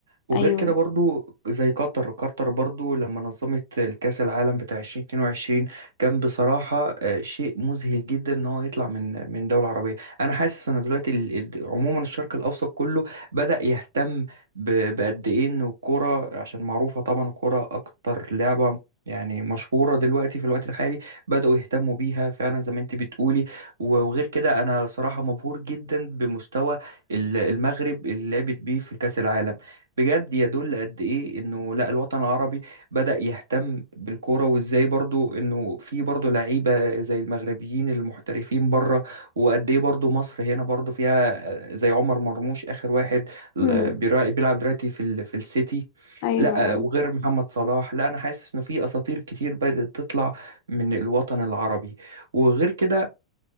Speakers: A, on the right (about 65°); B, on the left (about 45°).
A: وغير
B: ايوه
A: كده برضو زي قطر قطر برضو لما نظمت الكأس العالم بتاع 2022 كان بصراحة آه، شيء مذهل جدا ان هو يطلع من من دولة عربية انا حاسس ان دلوقتي ال- ال- عموما الشرق الاوسط كله بدأ يهتم ب- بقد ايه ان الكورة عشان معروفة طبعا الكورة اكتر لعبة يعني مشهورة دلوقتي في الوقت الحالي بدأوا يهتموا بيها فعلا زي ما انت بتقولي وغير كده انا صراحة مبهور جدا بمستوى ال- المغرب اللي لعبت بيه في كأس العالم بجد يدل قد ايه انه لا الوطن العربي بدأ يهتم بالكوره وازاي برضو انه في برضو لعيبه زي المغربيين المحترفين بره وقد ايه برضو مصر هنا برضو فيها آه، زي عمر مرموش اخر واحد ل-
B: مم.
A: بيرا- بيلعب دلوقتي في ال في السيتي
B: ايوه
A: لا
B: ايوه
A: وغير محمد صلاح لا انا حاسس انه في اساطير كتير بدأت تطلع من الوطن العربي وغير كده